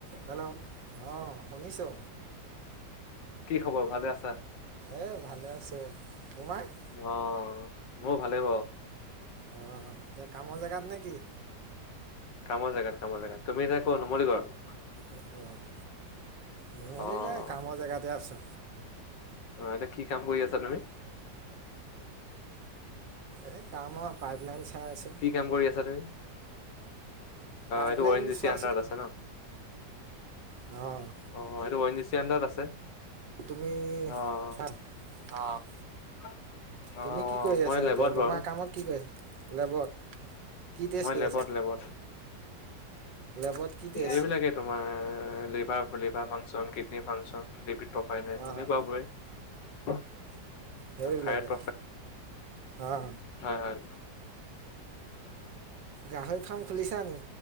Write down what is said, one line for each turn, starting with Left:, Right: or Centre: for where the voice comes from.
Right: Hello? অ' শুনিছো।
Left: কি খবৰ ভালে আছা?
Right: এই ভালে আছো, তোমাৰ?
Left: অ' মোৰ ভালেই বাৰু।
Right: অ' এতিয়া কমৰ জেগাত নে কি?
Left: কামৰ জেগাত কামৰ জেগাত। তুমি এতিয়া ক'ত নুমলীগড়ত?
Right: অ' নুমলীগড়,
Left: অ'
Right: কামৰ জেগাতে আছো।
Left: অ' এতিয়া কি কাম কৰি আছা? তুমি?
Right: এই কাম আৰু পাইপ লাইন চাই আছোঁ।
Left: কি কাম কৰি আছা তুমি?
Right: পাইপলাইন
Left: এইটো অ এন জি
Right: চোৱা
Left: চি আডাৰত আছে ন?
Right: অ'।
Left: অ', এইটো অ এণ জি চি আণ্ডাৰত আছে।
Right: তুমি
Left: অ'
Right: <unintelligible> অ'।
Left: <unintelligible> অ'
Right: তুমি কি কৰি
Left: মই
Right: আছা
Left: লেবত
Right: এতিয়া, তোমাৰ
Left: বাৰু
Right: কামত কি কৰিছা লেবত? কি টেষ্ট
Left: মই
Right: কৰি
Left: লেবত,
Right: আছা
Left: লেবত।
Right: লেবত কি টেষ্ট
Left: এইবিলাকে তোমাৰ liver, liver function kidney function <unintelligible> <unintelligible>
Right: অঁ সেইবিলাকে
Left: প্ৰফাইল
Right: অঁ
Left: হয় হয়।
Right: গাহৰি ফাৰ্ম খুলিছা নি?